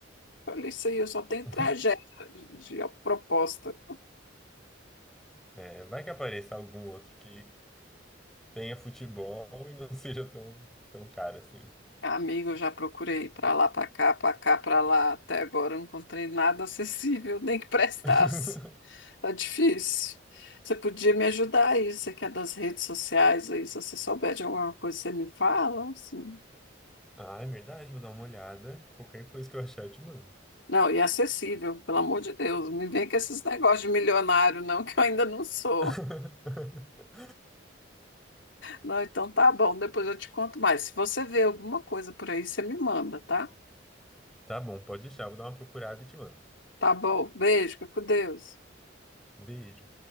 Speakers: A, on the left; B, in the centre.
A: Olha isso aí, eu só tenho
B: <laughs>
A: tragédia de, de proposta.
B: É, vai que apareça algum outro que tenha futebol e não <laughs> seja tão, tão caro assim.
A: Amigo, eu já procurei pra lá, pra cá, pra cá, pra lá. Até agora eu não encontrei nada acessível, <laughs> nem que prestasse.
B: <laughs>
A: Tá difícil. Você podia me ajudar aí, você que é das redes sociais aí, se você souber de alguma coisa, você me fala, assim.
B: Ah, é verdade, vou dar uma olhada. Qualquer coisa que eu achar, eu te mando.
A: Não, e acessível, pelo amor de Deus. Não me vem com esses negócios de milionário, não, <laughs> que eu ainda não sou.
B: <laughs>
A: Não, então tá bom, depois eu te conto mais. Se você vê alguma coisa por aí, você me manda, tá?
B: Tá bom, pode deixar, vou dar uma procurada e te mando.
A: Tá bom, beijo, fica com Deus.
B: Beijo.